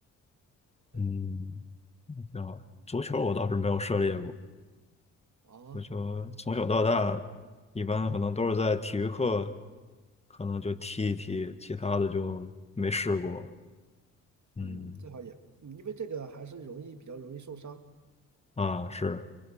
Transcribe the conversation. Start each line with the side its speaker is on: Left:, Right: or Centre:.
Right: 对，
Left: 嗯，挺好。足球我倒是没有涉猎过，
Right: 哦，
Left: 足球从小到大，一般可能都是在体育课，可能就踢一踢，其他的就没试过，嗯
Right: 嗯，最好也，嗯因为这个还是容易比较容易受伤。
Left: 啊，是，